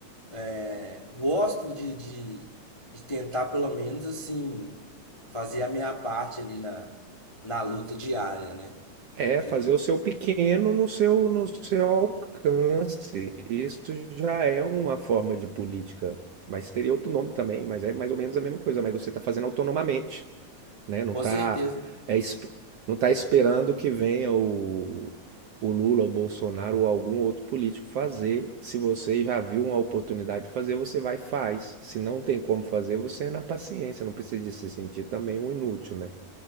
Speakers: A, on the left; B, on the right.
A: é, gosto de, de, de tentar, pelo menos, assim, fazer a minha parte ali na, na luta diária, né?
B: É,
A: Que
B: fazer o seu pequeno no seu, no seu alcance. Isso já é uma forma de política. Mas teria outro nome também, mas é mais ou menos a mesma coisa. Mas você está fazendo autonomamente, né? Não
A: com
B: está
A: certeza.
B: é, esp- não tá esperando que venha o, o Lula, o Bolsonaro ou algum outro político fazer. Se você já viu uma oportunidade de fazer, você vai e faz. Se não tem como fazer, você é na paciência. Não precisa de se sentir também um inútil, né?